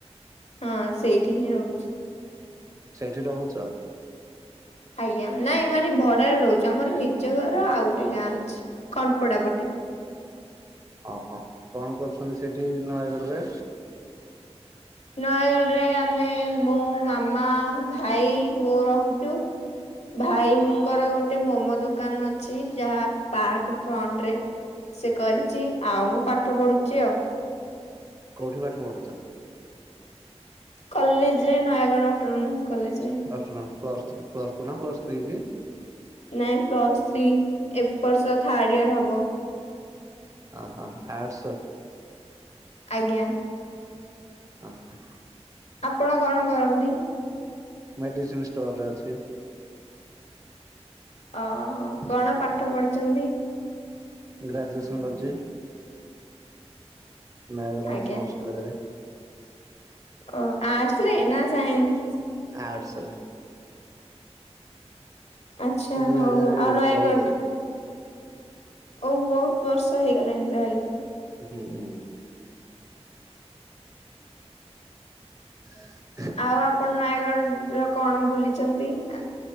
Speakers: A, on the left; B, on the right.
A: ହଁ ସେଇଠି ହିଁ ରହୁଛି।
B: ସେଇଠି ରହୁଛ।
A: ଆଜ୍ଞା ନାଇଁ ମାନେ ଭଡାରେ ରହୁଚୁ ଆମର ନିଜ ଘର ଆଉ ଗୋଟେ ଗାଁ ଅଛି ଖଟପଡା ପଟେ।
B: ଅ ହ କଣ କରୁଛନ୍ତି ସେଇଠି ନୟାଗଡରେ?
A: ନୟାଗଡରେ ଆମେ ମୋ ମାମା ଭାଇ ମୁଁ ରହୁଛୁ। ଭାଇଙ୍କର ଗୋଟେ ମୋମୋ ଦୋକାନ ଅଛି ଯାହା ପାର୍କ ଫ୍ରଣ୍ଟ ରେ। ସେ କରିଛି ଆଉ ମୁଁ ପାଠ ପଢୁଛି ଆଉ।
B: କଉଠି ପାଠ ପଢୁଛ?
A: କଲେଜ ରେ ନୟାଗଡ଼ ଅଟୋନୋମସ କଲେଜ ରେ।
B: ଅଟୋନୋମସ ପ୍ଲସ ପ୍ଲସ ଟୁ ନା ପ୍ଲସ ଥ୍ରୀ କି?
A: ନାଇଁ ପ୍ଲସ ଥ୍ରୀ ଏବ ବର୍ଷ ଥାର୍ଡ ଇୟର ହବ।
B: ଓ ହ ଆଡସ?
A: ଆଜ୍ଞା।
B: ଅ ହ।
A: ଆପଣ କଣ କରନ୍ତି?
B: ମେଡିସିନ ଷ୍ଟୋର ରେ ଅଛି।
A: ଅ ହୋ କଣ ପାଠ ପଢିଛନ୍ତି?
B: ଗ୍ରାଜୁଏସନ୍ କରୁଛି। ନୟାଗଡ଼
A: ଆଜ୍ଞା
B: ଅଟୋନମସ କଲେଜରେ।
A: ଓ ଆର୍ଟସ ନା ସାଇନ୍ସ?
B: ଆଡ୍ସ ରେ।
A: ଆଚ୍ଛା
B: ଦି
A: ହଉ
B: ହଜାର
A: ଆଉ ନୟାଗଡ଼
B: ଚଉଦରେ
A: ହଉ ବହୁତ ବର୍ଷ ହେଇଗଲାଣି ତାହେଲେ।
B: ହୁଁ ହୁଁ। ଓ ହୋ
A: ଆଉ ଆପଣ ନୟାଗଡନ୍ ର କଣ ବୁଲିଛନ୍ତି ଆ